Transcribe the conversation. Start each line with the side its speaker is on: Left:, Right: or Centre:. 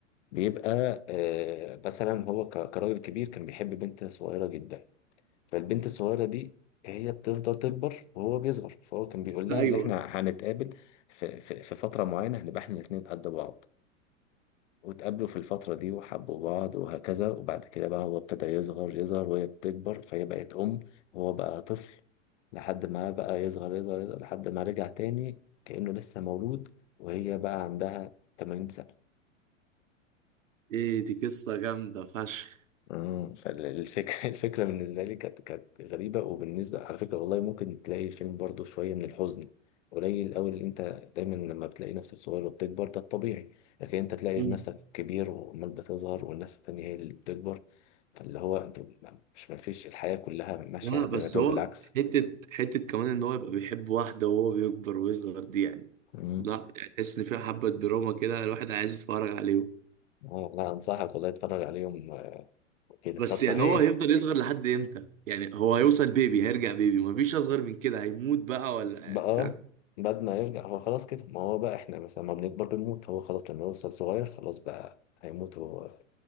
Left: بيبقى آه، مثلا هو ك- كراجل كبير كان بيحب بنت صغيرة جدا فالبنت الصغيرة دي هي بتفضل تكبر وهو بيصغر فهو كان بيقول لها
Right: ايوه
Left: اللي احنا هنتقابل في, في, في فترة معينة هنبقى احنا الاتنين قد بعض واتقابلوا في الفترة دي وحبوا بعض وهكذا وبعد كده بقى هو ابتدى يصغر يصغر وهي بتكبر فهي بقت أم وهو بقى طفل لحد ما بقى يصغر يصغر, يصغر لحد ما رجع تاني كأنه لسه مولود وهي بقى عندها 80 سنة
Right: ايه دي قصه جامده فشخ
Left: مم. فالفكرة <laughs> الفكرة بالنسبة لي كانت كانت غريبة وبالنسبة على فكرة والله ممكن تلاقي الفيلم برضو شوية من الحزن قليل أوي اللي أنت دايما لما بتلاقي نفسك صغير وبتكبر ده الطبيعي لكن أنت تلاقي
Right: مم.
Left: نفسك كبير وعمال بتظهر والناس التانية هي اللي بتكبر فاللي هو أنت مش مفيش الحياة كلها ماشية
Right: لا
Left: زي
Right: بس
Left: ما تقول
Right: هو
Left: بالعكس
Right: حته حته كمان ان هو يبقى بيحب واحده وهو بيكبر ويصغر دي يعني
Left: مم.
Right: لا يعني تحس ان فيها حبه دراما كده الواحد عايز يتفرج عليهم
Left: آه، لا أنصحك والله اتفرج عليهم آه، كده
Right: بس
Left: طب صحيح
Right: يعني هو هيفضل يصغر لحد امتى يعني هو هيوصل بيبي هيرجع بيبي مفيش اصغر من كده هيموت بقى ولا
Left: بقى
Right: إيه؟ فاهم
Left: بعد ما يرجع هو خلاص كده ما هو بقى احنا مثلا ما بنكبر بنموت هو خلاص لما يوصل صغير خلاص بقى هيموت هو